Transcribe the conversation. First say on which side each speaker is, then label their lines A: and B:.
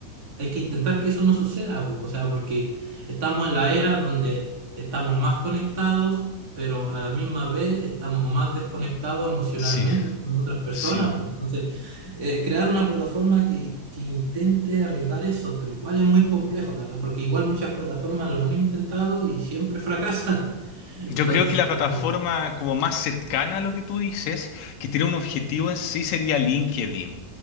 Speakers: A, on the right; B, on the left.
A: hay que intentar que eso no suceda, po, o sea, porque estamos en la era donde estamos más conectados, pero a la misma vez estamos más desconectados emocionalmente
B: Sí,
A: con otras personas,
B: sí.
A: po. Entonces, eh, crear una plataforma que, que intente arreglar eso, pero igual es muy complejo, la verdad, porque igual muchas plataformas lo han intentado y siempre <laughs> fracasan. Entonces,
B: Yo creo que la plataforma
A: eh,
B: como más cercana a lo que tú dices, que tiene un objetivo en sí, sería LinkedIn.